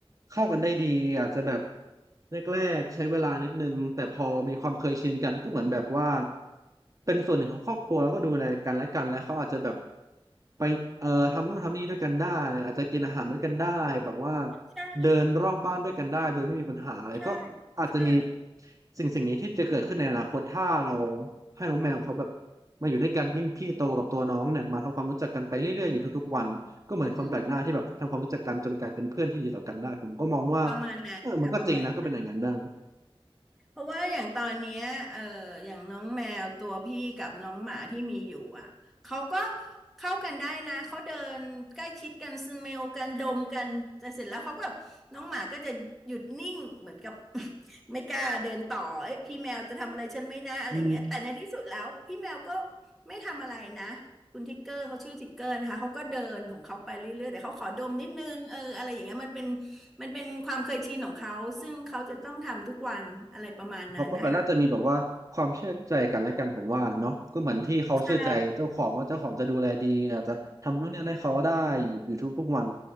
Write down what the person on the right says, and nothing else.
เข้ากันได้ดีอาจจะแบบแรกๆใช้เวลานิดนึงแต่พอมีความเคยชินกันก็เหมือนแบบว่าเป็นส่วนหนึ่งของครอบครัวแล้วก็ดูแลกันและกันแล้วเขาอาจจะแบบไปเอ่อทำนู่นทำนี่ด้วยกันได้อาจจะกินอาหารด้วยกันได้แบบว่า
เดินรอบบ้านด้วยกันได้โดยไม่มีปัญหาอะไรก็อาจจะมี
สิ่งสิ่งนี้ที่จะเกิดขึ้นในอนาคตถ้าเราให้น้องแมวเขาแบบมาอยู่ด้วยกันยิ่งพี่โตกับตัวน้องเนี่ยมาทำความรู้จักกันไปเรื่อยๆอยู่ทุกๆวันก็เหมือนคนแปลกหน้าที่แบบทำความรู้จักกันจนกลายเป็นเพื่อนที่ดีต่อกันได้ผมก็มองว่า
เออมันก็จริงนะก็เป็นอย่างนั้นได้
อืม
เขาก็แบบน่าจะมีแบบว่าความเชื่อใจกันและกันผมว่าเนาะก็เหมือนที่เขาเชื่อใจเจ้าของว่าเจ้าของจะดูแลดีอาจจะทำนู่นนี่ให้เขาได้อยู่อยู่ทุกๆวัน